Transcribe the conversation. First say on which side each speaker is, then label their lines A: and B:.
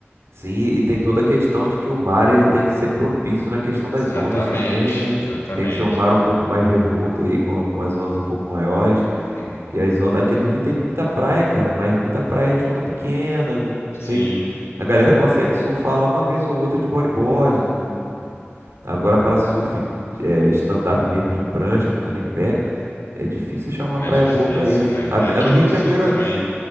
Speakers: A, on the right; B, on the left.
A: Sim, e e tem toda a questão de que o mar ele tem que ser propício na questão das
B: Exatamente,
A: ondas também, né?
B: exatamente.
A: Tem que ser um mar um pouco mais revolto aí, com, com umas ondas um pouco maiores.
B: Uhum.
A: Que as ondas aqui no Rio tem muita praia, cara, mas muita praia de onda pequena, não- meio...
B: Sim,
A: a galera consegue surfar lá uma vez ou outra de bodyboard, não- não- não- agora para surf, é, stand-up mesmo de prancha, ficando em pé, é difícil achar uma
B: é mais
A: praia
B: difícil,
A: boa para isso.
B: né?
A: Até,
B: É aqui
A: no Rio
B: no
A: de
B: sul
A: Janeiro
B: também.